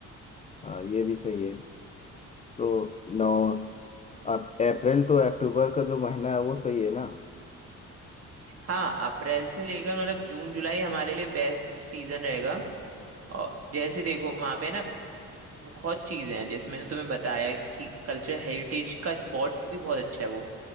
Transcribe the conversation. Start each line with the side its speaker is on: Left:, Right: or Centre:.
Left: हाँ ये भी सही है तो नौ अब अप्रैल टू अक्टूबर का जो महीना है वो सही है ना
Right: हाँ अप्रैल से लेकर मतलब जून जुलाई हमारे लिए बेस्ट सीजन रहेगा और जैसे देखो वहां पे ना बहुत चीजें हैं जैसे मैंने तुम्हें बताया कि कल्चर हेरिटेज का स्पॉट भी बहुत अच्छा है वो